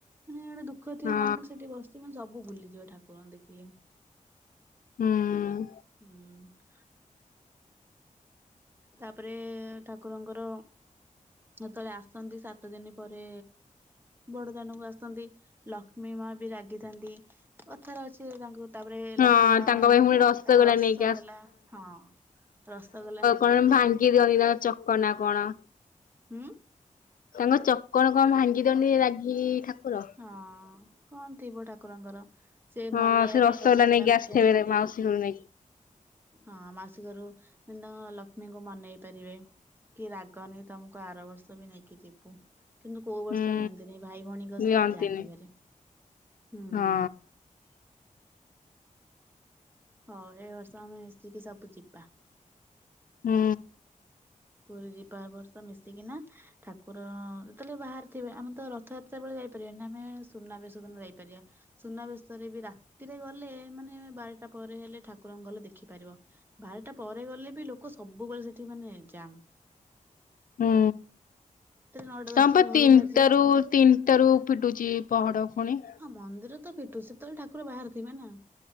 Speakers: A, on the right (about 15°); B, on the left (about 85°).
A: ମାନେ ଗୋଟେ ଦୁଃଖ ଥିବ
B: ହଁ
A: ମନରେ ସେଠି ବସି ସିଏ ମାନେ ସବୁ ଭୁଲିଯିବ ଠାକୁରଙ୍କ ଦେଖିଲେ
B: ହୁଁ
A: ହୁଁ। ତାପରେ ଠାକୁରଙ୍କର ଯେତେବେଳେ ଆସନ୍ତି ସାତ ସାତ ଦିନି ପରେ ବଡ଼ଦାନକୁ ଆସନ୍ତି ଲକ୍ଷ୍ମୀ ମାବି ରାଗିଥାନ୍ତି। କଥାରେ ଅଛି ତାଙ୍କୁ ତାପରେ
B: ହଁ
A: ଲକ୍ଷ୍ମୀ ମା
B: ତାଙ୍କ ପାଇଁ ପୁଣି
A: ତାଙ୍କ
B: ରସଗୋଲା
A: ରସଗଲା
B: ନେଇକି
A: ହଁ। ରସଗୋଲା ନେ
B: କଣ୍ ଭାଙ୍ଗି ଦିଅନ୍ତି ତାଙ୍କ ଚକନା କଣ।
A: ହୁଁ
B: ତାଙ୍କ ଚକଣ କଣ୍ ଭାଙ୍ଗି ଦିଅନ୍ତି ନ୍ତରାଗି ଠାକୁର?
A: ହଁ। କଣ୍ ଥିବ ଠାକୁରଙ୍କର ସେମନେଇବା
B: ହଁ ସେ
A: ପାଇଁ ରସଗୋଲା ନେଇକି
B: ଆସିଥିବେ
A: ଆସନ୍ତି।
B: ମାଉସୀ ଘରୁ ନେଇକି
A: ହଁ ମାସିକରୁ କିତାଙ୍କ ଲକ୍ଷ୍ମୀଙ୍କୁ ମନେଇ ପାରିବେ କିରା ନାଇ ତମକୁ ଆର ବର୍ଷବି ନେଇକି ଯିବୁ କିନ୍ତୁ କୋଉ ବର୍ଷ
B: ହୁଁ
A: ନିଅନ୍ତିନି ଭାଇ ଭଉଣୀଙ୍କ
B: ନିଅନ୍ତିନି।
A: ସ ତ ଯାଆନ୍ତି ଭାରି ହୁଁ।
B: ହଁ
A: ହଅ ଏଇବର୍ଷ ଆମେ ମିଶିକି ସବୁ ଯିବା।
B: ହୁଁ।
A: ପୁରୀ ଜିବା ଏବର୍ଷ ମିଶିକିନା ଠାକୁ ଠାକୁର ଯେତେବେଳେ ବାହାରିଥିବେ ଆମେତ ରଥଯାତ୍ରା ବେଳେ ଯାଇପାରିବାନି ଆମେ ସୁନାବେଶଦିନ ଯାଇପାରିବା। ସୁନାବେଶରେବି ରାତିରେ ଗଲେ ମାନେ ବାରଟା ପରେ ହେଲେ ଠାକୁରଙ୍କୁ ଗଲେ ଦେଖିପାରିବ। ବାରଟା ପରେ ଗଲେବି ଲୋକ ସବୁବେଳେ ସେଠି ମାନେ ଯାମ୍।
B: ହୁଁ
A: ନଅଟା ଦଶଟାରେ
B: ତମେପା
A: ଘରୁ
B: ତିନିଟାରୁ
A: ବାହାରିଯିବ।
B: ତିନ୍ ତିନିଟାରୁ ପିଟୁଛି ପହଡ଼ ଫୁଣି।
A: ହଁ ମନ୍ଦିରତ ଫିଟୁଚି ସେତେବେଳେ ଠାକୁର ବାହାରେ ଥିବେନା।